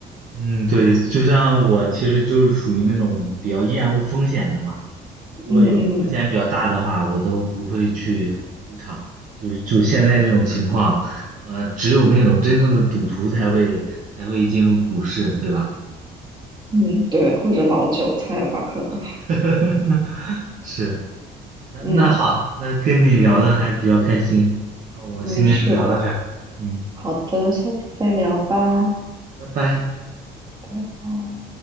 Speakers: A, on the right; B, on the right.
A: 嗯，对，就像我其实就是属于那种比较厌恶风险的嘛。如果有风险比较大的话，
B: 嗯嗯
A: 我都不会去入场。就就现在这种情况，呃，只有那种真正的赌徒才会才会进入股市，对吧？
B: 嗯，对，或者老韭菜吧，可能。
A: <laughs> 是。那那好，
B: 嗯
A: 那跟你聊的还比较开心，
B: 嗯
A: 那我们今天就聊到这儿嗯，
B: 嗯，是的。好的，下次再聊吧，
A: 拜拜。
B: 拜拜。